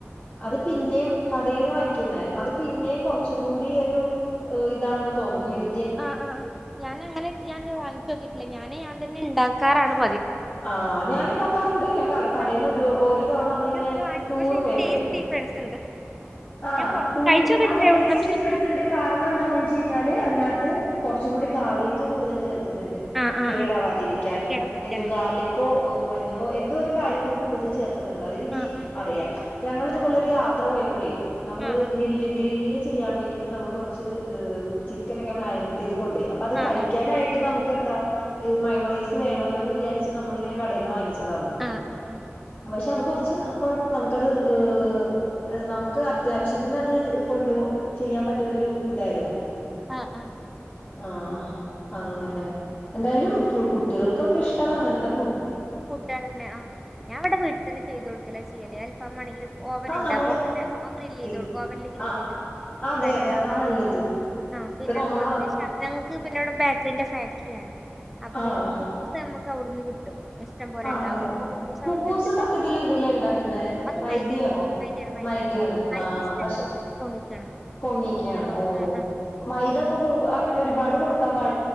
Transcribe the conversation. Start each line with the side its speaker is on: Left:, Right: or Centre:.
Left: അത് പിന്നേം കടേന്ന് വാങ്ങിക്കുന്നേ അത് പിന്നേം കൊർച്ചും കൂടി ഒരു ഇതാണെന്ന് തോന്നുന്നു ഹെൽ
Centre: ആ ആ ഞാന് അങ്ങനെ ഞാൻ ഇതുവരെ വാങ്ങിച്ചു നോക്കീട്ടില്ല ഞാനേ ഞാൻ തന്നെ ഇണ്ടാക്ക കാറാ ണം
Left: ആ ഞാന് ഇണ്ടാക്കാ <unintelligible> കടേന്ന്
Centre: ആഹ് ആഹ്
Left: ഒരു ഒരു തവണ നമ്മളിങ്ങനെ
Centre: ഞാൻ ഇതുവരെ വാങ്ങിച്ചിട്ടില്ല
Left: ടൂറ്
Centre: പക്ഷെ അതിന്റെ
Left: പോയപ്പഴേ
Centre: ടേസ്റ്റ് ഡിഫറൻസ് ഉണ്ട്
Left: ആ
Centre: ഞാൻ പൊറത്ത്
Left: ടൂറ്
Centre: കഴിച്ച് നോക്കിയിട്ടുണ്ട്
Left: അതേ
Centre: എവിടുന്നാ
Left: ടേസ്റ്റ്
Centre: പക്ഷെ
Left: ഡിഫറൻസ്ണ്ട് കാരണം എന്താന്നെച്ചയ്ഞ്ഞാല് അതിനകത്ത് കൊറച്ചുംകൂടി ഗാർലിക്ക് കൂടുതൽ ചേർ ക്ക്ന്ന്ണ്ട്.
Centre: ആഹ്
Left: കേടാവാതിരിക്കാനും
Centre: ആഹ് ആഹ് കേടൊന്നും വരിക്കാനായി
Left: എന്തു ഗാർളിക്കോ മഞ്ഞളോ എന്തോ ഒരു കാര്യം കൂടി കൂടുതൽ ചേർ ക്കുന്ന്ണ്ട്. അതെനിക്ക്
Centre: ആഹ് ആഹ്
Left: അറിയാം. ഞങ്ങളിതുപോലെ ഒരു യാത്ര പോയപ്പഴേ നമ്മള്
Centre: ആഹ്
Left: ഗ്രില്ല് ഗ്രില്ല് ചെയ്യാൻ വേണ്ടിയിട്ട് നമ്മൾ കുറച്ച് ചിക്കനൊക്കെ മാഗ്നേറ്റ് ചെയ്ത് കൊണ്ടോയി അപ്പൊ അത്
Centre: ആഹ്
Left: കഴിക്കാനായിട്ട്
Centre: ആഹ്
Left: നമു ക്കെന്താ മയോണൈസ് വേണോല്ലോ എന്ന് വിചാരി ച്ച് നമ്മളിങ്ങനെ കടേന്ന് വാങ്ങിച്ച് ത് അന്ന്.
Centre: ആഹ് ആഹ് ആഹ്
Left: പക്ഷേ അത് കുറച്ച് കൊഴപ്പം നമുക്കത് ഏഹ് നമുക്ക് അത്യാവശ്യത്തിന് അത് കൊണ്ട് ചെയ്യാൻ പറ്റുന്നൊരു ഇതായിരുന്നു.
Centre: ആ ആ
Left: ആ അങ്ങനെ. എന്തായാലും കുട്ടികൾക്കൊക്കെ ഇഷ്ടം അങ്ങനെ ത്ത ഫു
Centre: ഫുഡാണ് ന്നെ. ആ ഞാൻ ഇവിടെ വീട്ടിൽ തന്നെ ചെയ്തു കൊടുക്കലാ ചെയ്യല്. അൽഫാമാണെങ്കിലും ഓവനിണ്ട്.
Left: ആ നമ്മള്
Centre: അപ്പൊ പിന്നെ ഒ ഗ്രിലെയ്ത്
Left: ഇ-
Centre: കൊടുക്കും. ഓവനില് ഗ്രിലെയ്തൂടെ.
Left: ആ അതെ
Centre: പിന്നെ
Left: അതെ അതാ നല്ലത്
Centre: ആ പിന്നെ
Left: ഇപ്പൊ നമ്മള്
Centre: അതുപോലെ തന്നെ ഞങ്ങക്ക് പിന്നെ ബേക്കറിന്റെ ഫാക്ടറി ആണ്. അപ്പൊ
Left: ആഹ്
Centre: കുബ്ബൂസ് ഞ മ്മക്ക് അവ്ടുന്ന് കിട്ടും. ഇഷ്ടം പോലെ
Left: ആണല്ലേ
Centre: ഉണ്ടാവും അപ്പൊ
Left: കുബൂസ്
Centre: അവിടുന്ന് എടുത്തിട്ട്
Left: സത്യത്തിൽ എന്തിലാ ഇണ്ടാക്കുന്നേ
Centre: അത്
Left: മൈദ
Centre: മൈദയാണ്
Left: ആണോ?
Centre: മൈദയാണ് മൈദയാണ്
Left: മൈദാണ്
Centre: മൈദ
Left: ആ
Centre: ഈസ്റ്റിട്ട്
Left: പക്ഷെ
Centre: പൊ- പൊങ്ങിക്കണം
Left: പൊങ്ങിക്കയാണ് ഓ
Centre: ആഹ് ആഹ്
Left: മൈദപ്പൊ അങ്ങനെ ഒരുപാട് കൊട് ക്കാ പാ